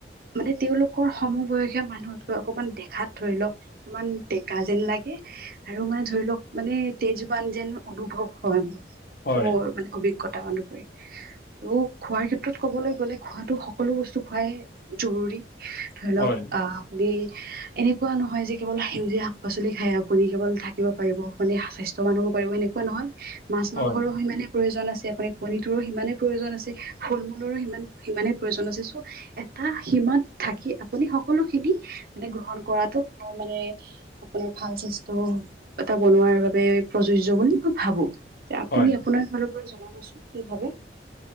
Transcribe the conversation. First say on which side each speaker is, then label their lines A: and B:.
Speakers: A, on the right; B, on the left.
A: মানে তেওঁলোকৰ সমবয়সীয়া মানুহতকৈ অকমান দেখাত ধৰি লওক অকমান ডেকা যেন লাগে। ইহ্ আৰু মানে ধৰি লওক মানে তেজবান যেন অনুভৱ হয় মো মোৰ
B: হয়
A: মানে অভিজ্ঞতা অনুসৰি ই আহ্ আৰু খোৱাৰ ক্ষেত্ৰত ক'বলৈ গ'লে খোৱাটো হ সকলো বস্তু খোৱাই জৰুৰী ই আহ্ ধৰিলওক
B: হয়
A: আহ আপুনি আহ এনেকুৱা নহয় যে কেৱল সেউজীয়া শাক-পাচলি খাই আপুনি কেৱল থাকিব পাৰিব মানে হা স্বাস্থ্য মানুহ কৰিবলে কুৱা নহয় ইহ্ মাছ-মাংসৰো
B: হয়
A: সিমানে প্ৰয়োজন আছে এফালে কণীটোৰো সিমানে প্ৰয়োজন আছে ফল-মূলৰো সিমান সিমানে প্ৰয়োজন আছে চ' এটা সীমাত থাকি আপুনি সকলো খিনি ই আহ মানে গ্ৰহণ কৰাতো সম্ভৱ মানে আপোনাৰ ভাল স্বাস্থ্য এটা বনোৱাৰ বাবে প্ৰযোজ্য বুলি মই ভাবো। তেতিয়া আপুনি
B: হয়।
A: আপোনাৰ ফালৰ পৰা জনাবচোন কি ভাবে?